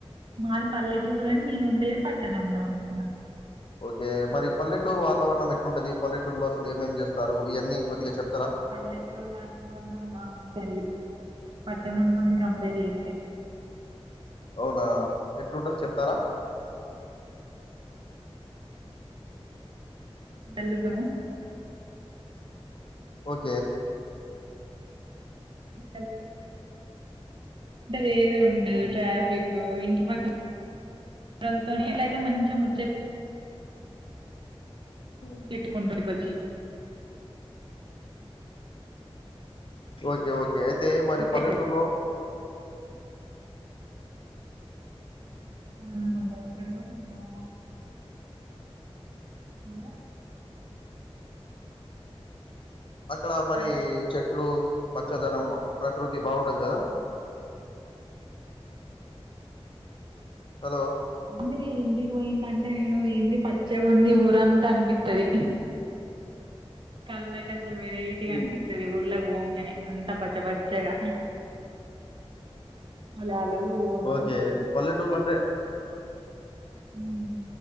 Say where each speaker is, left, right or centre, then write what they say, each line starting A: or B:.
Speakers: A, on the right; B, on the left.
A: మాది పల్లెటూర్ గాని నేను ఉండేది పట్టణంలో ఉంటునా
B: ఒకే మరి పల్లెటూరు వాతావర్ణం ఏట్లుంటది పల్లెటూర్లో అసల్ ఏమేమ్ చేస్తారు ఇవన్నీ కొద్దిగా చెప్
A: పల్లెటూర్ వాతావర్ణం బావుంటది పట్టణంతోని
B: హ్మ్.
A: కంపేర్ చేత్తే
B: ఔనా ఏట్లుంటది చెప్తారా
A: <unintelligible>
B: ఓకే
A: <unintelligible> ఏది ఉండదు
B: హ్మ్.
A: ట్రాఫిక్ ఓ ఇంటి పక్క <unintelligible> మంచిగా ముచ్చట
B: హ్మ్.
A: ట్టుకుంటా <unintelligible>
B: ఓకే ఓకే ఇ అయితే మరి
A: ఇక్కడ
B: పల్లెటూరులో
A: సైడ్ <unintelligible> ఎక్కడున్నావ్ హలో
B: అక్కడ మరి
A: హలో
B: చెట్లు పచ్చదనం ప్రకృతి బాగుంటది కదా హలో
A: అండి ఇంటికి పోయిందంటే నేను ఏంది పచ్చగా ఉంది ఊరంత అనిపిత్తది కళ్ల కన్ అ వెరైటీ గా
B: హ్మ్.
A: అనిపిస్తది ఊర్లకు పోంగానే అంత పచ్చ పచ్చగా పొలాలు ఊరు
B: ఓకే పల్లెటూర్లో అంటే
A: హ్మ్